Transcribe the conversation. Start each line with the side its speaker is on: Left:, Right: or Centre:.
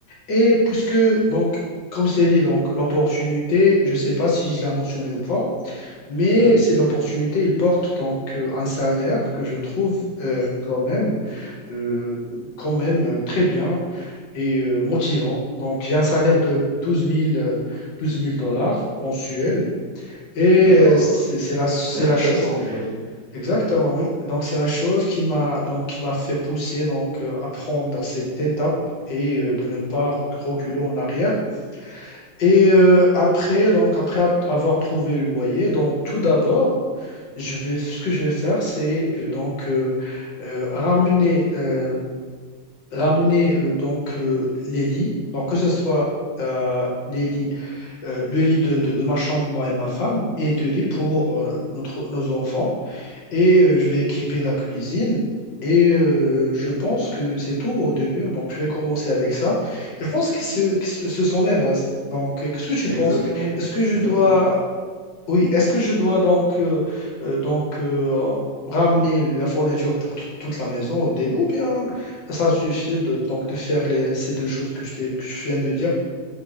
Left: Et puisque, donc, comme c'est dit, donc l'opportunité, je ne sais pas si je l'ai mentionné ou pas, mais
Right: Mhm,
Left: c'est l'opportunité, il porte donc euh, un salaire que je trouve euh, quand même euh, quand même euh, très bien et euh, motivant. Donc, j'ai un salaire de douze mille euh, 12 000 dollars mensuels. Et
Right: d'accord.
Left: euh, c'est c'est la, c'est
Right: C'est intéressant,
Left: la chose,
Right: j'imagine.
Left: exactement, oui. Donc, c'est la chose qui m'a donc, qui m'a fait pousser donc, euh, à prendre cette étape et euh, de ne pas rec- reculer en arrière. Et euh, après, donc, après a- avoir trouvé le loyer, donc, tout d'abord, je vais, ce que je vais faire, c'est euh, donc euh, euh, ramener euh, ramener euh, donc euh, les lits, donc que ce soit euh, les lits, euh, le lit de, de, de ma chambre, moi et ma femme, et deux lits pour euh, notre, nos enfants. Et euh, je vais équiper la cuisine. Et euh, je pense que c'est tout au début, donc je vais commencer avec ça. Je pense que, ce, que ce ce sont les bases. Donc, euh, qu'est-ce que tu
Right: Exactement,
Left: penses? Est-ce que je
Right: exactement.
Left: dois oui, est-ce que je dois donc, euh, euh, donc euh, ramener la fourniture pour tout- toute la maison au début ou bien ça suffit de, donc de faire les, ces deux choses que je t'ai- que je viens de dire?